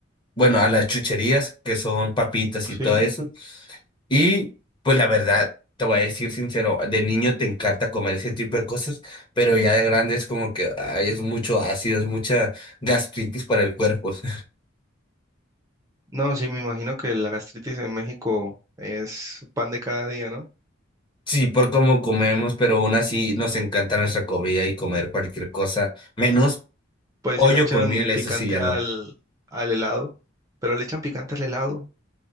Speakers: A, on the left; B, on the right.
A: bueno, a las chucherías que son papitas
B: sí.
A: y todo eso. Y pues la verdad, te voy a decir sincero, de niño te encanta comer ese tipo de cosas, pero ya de grande es como que ay, es mucho ácido, es mucha gastritis para el cuerpo. <laughs>
B: No, sí, me imagino que la gastritis en México es pan de cada día, ¿no?
A: Sí, por cómo comemos, pero aún así nos encanta nuestra comida y comer cualquier cosa, menos
B: Pues
A: pollo
B: si le echan
A: con miel,
B: picante
A: eso sí ya no.
B: al, al helado, pero le echan picante al helado.